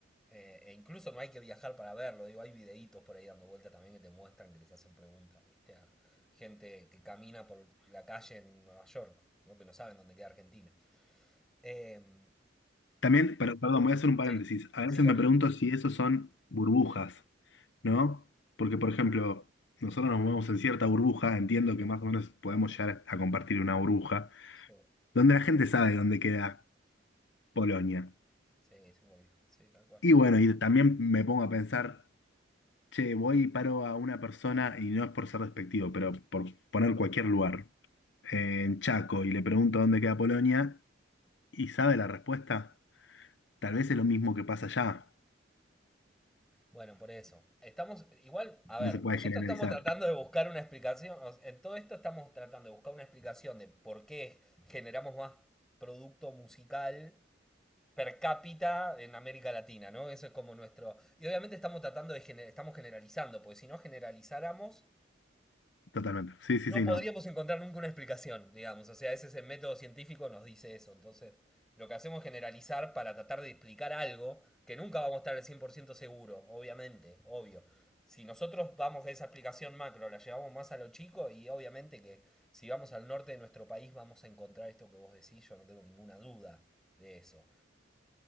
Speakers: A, in the centre; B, on the left.
A: Eh, e incluso no hay que viajar para verlo, digo, hay videitos por ahí dando vueltas también que te muestran, que les hacen preguntas, ¿viste? A gente que camina por la calle en Nueva York, ¿no? Que no saben dónde queda Argentina. Em,
B: También, pero, perdón, voy a hacer un paréntesis.
A: sí,
B: A
A: sí,
B: veces
A: obvio.
B: me pregunto si esos son burbujas, ¿no? Porque, por ejemplo, nosotros nos movemos en cierta burbuja, entiendo que más o menos podemos llegar a compartir una burbuja,
A: Sí,
B: donde la gente sabe dónde queda Polonia.
A: sí, es obvio, sí, tal cual.
B: Y bueno, y también me pongo a pensar. Che, voy y paro a una persona, y no es por ser despectivo, pero por poner cualquier lugar, eh, en Chaco, y le pregunto dónde queda Polonia, y sabe la respuesta, tal vez es lo mismo que pasa allá.
A: Bueno, por eso. Estamos, igual, a ver,
B: No se puede
A: nosotros
B: generalizar.
A: estamos tratando de buscar una explicación, o sea, en todo esto estamos tratando de buscar una explicación de por qué generamos más producto musical per cápita en América Latina, ¿no? Eso es como nuestro... Y obviamente estamos tratando de gener- estamos generalizando, porque si no generalizáramos,
B: Totalmente. Sí,
A: no
B: sí, sí,
A: podríamos
B: no.
A: encontrar nunca una explicación, digamos. O sea, ese es el método científico, nos dice eso. Entonces, lo que hacemos es generalizar para tratar de explicar algo que nunca vamos a estar al 100% seguro, obviamente, obvio. Si nosotros vamos a esa explicación macro, la llevamos más a lo chico y obviamente que si vamos al norte de nuestro país vamos a encontrar esto que vos decís, yo no tengo ninguna duda de eso.